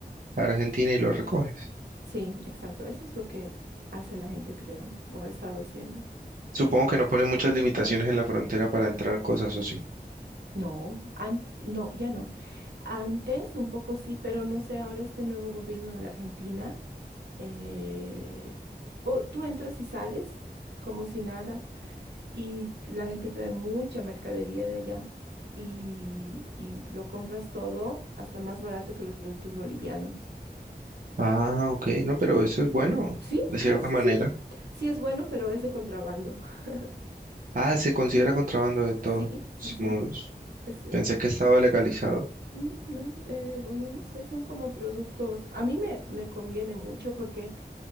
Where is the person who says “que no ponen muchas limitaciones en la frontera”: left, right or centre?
Right